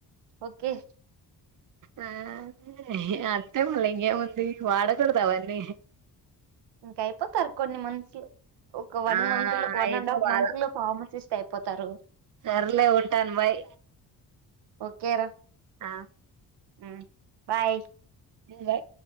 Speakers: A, on the right; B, on the right.
A: ఓకే
B: ఆ అంతే మళ్ళ ఇంగేముంది వాడకూడదావన్నీ
A: ఇంకా అయిపో తర కొన్ని మంత్స్ లో ఒక వన్
B: ఆ
A: మంత్ లో వన్
B: అయిపో
A: అండ్ హాఫ్
B: వాళ
A: మంత్ లో ఫార్మసిస్ అయిపోతారు
B: సర్లే ఉంటాను బాయ్
A: ఓకేరా
B: ఆ
A: ఊ బాయ్
B: బాయ్